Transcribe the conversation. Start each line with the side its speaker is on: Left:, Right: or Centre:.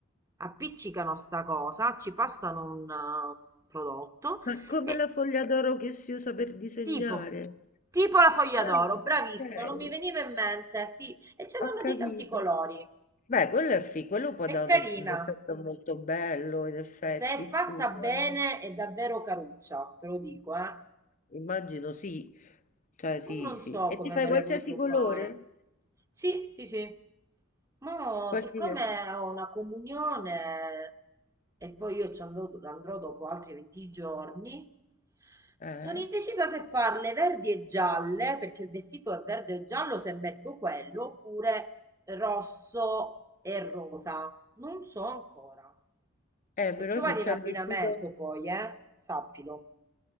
Right: appiccicano sta cosa, ci passano un, eh, un prodotto
Left: Ma come
Right: e
Left: la foglia d'oro che si usa per disegnare?
Right: tipo, tipo la foglia
Left: Ah,
Right: d'oro, bravissima,
Left: okay,
Right: non mi veniva in mente, sì, e ce l'hanno
Left: ho capito.
Right: di tanti colori,
Left: Beh, quello è fi quello può
Right: è
Left: dare
Right: carina,
Left: un eff un effetto molto bello, in effetti,
Right: se è
Left: scusa,
Right: fatta bene
Left: eh.
Right: è davvero caruccia, te lo dico, eh.
Left: Immagino sì, cioè sì,
Right: Ma non
Left: sì.
Right: so
Left: E
Right: come
Left: ti fai
Right: me
Left: qualsiasi
Right: le voglio
Left: colore?
Right: fare. Sì, sì, sì. Ma
Left: Qualsiasi?
Right: siccome ho una comunione e poi io ci andrò, andrò dopo altri 20 giorni,
Left: Eh?
Right: sono indecisa se farle verdi e gialle, perché il vestito è verde e giallo se metto quello, oppure rosso e rosa. Non so ancora,
Left: Eh,
Right: perché
Left: però
Right: io
Left: se
Right: vado
Left: c'hai
Right: in abbinamento
Left: il vestito
Right: poi, eh? Sappilo.